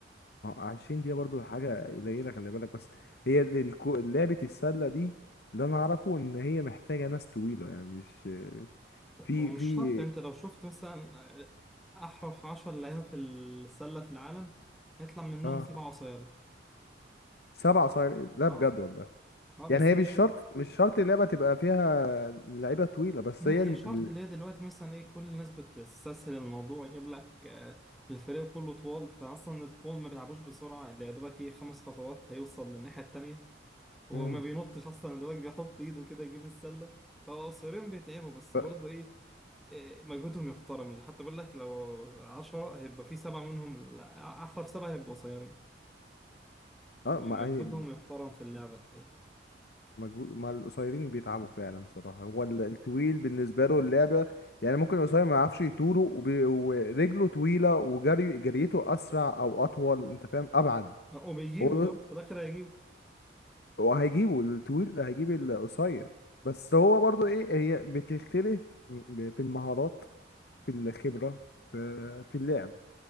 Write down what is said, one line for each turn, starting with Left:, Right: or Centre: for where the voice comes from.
Left: ما هو 20 دقيقه برضو حاجه قليله خلي بالك بس هي ال- الكو... لعبه السله دي اللي انا اعرفه ان هي محتاجه ناس طويله يعني مش
Centre: لا،
Left: في
Centre: هو مش
Left: في
Centre: شرط انت لو شفت مثلا آه، احرف 10 لعيبه في السله في العالم هيطلع منهم
Left: اه
Centre: سبعه قصيرين
Left: سبع صاير لا
Centre: اه
Left: بجد والله
Centre: اه
Left: يعني
Centre: بس
Left: هي
Centre: ال...
Left: مش شرط مش شرط اللعبه تبقى فيها لعيبه طويله بس
Centre: لا
Left: هي ال...
Centre: هي شرط
Left: ال...
Centre: اللي هي دلوقتي مثلا ايه كل الناس بتستسهل الموضوع يجيب لك آه، الفريق كله طوال فاصلا الطول ما بيلعبوش بسرعه اللي يا دوبك ايه خمس خطوات هيوصل للناحيه التانيه وما
Left: مم.
Centre: بينطش اصلا يا دوبك بيحط ايده كده يجيب السله فقصيرين بيتعبوا بس
Left: ف-
Centre: برضه ايه آه، مجهودهم يحترم حتى بقول لك لو عشرة هيبقى في سبعة منهم لا، أحرف سبعة هيبقوا قصيرين
Left: اه
Centre: فمجهودهم
Left: ما هي
Centre: يحترم في اللعبة الحقيقة
Left: مجهود مع القصيرين بيتعبوا فعلا بصراحة هو ال- الطويل بالنسبة له اللعبة يعني ممكن القصير ما يعرفش يطوله وب... ورجله طويلة وجري جريته أسرع أو أطول أنت فاهم أبعد
Centre: وبيجيبوا
Left: هو
Centre: برضه
Left: ال-
Centre: في الآخر هيجيبوا
Left: هو هيجيبه الطويل هيجيب القصير بس هو برضو إيه هي بتختلف ب- في المهارات في الخبرة في في اللعب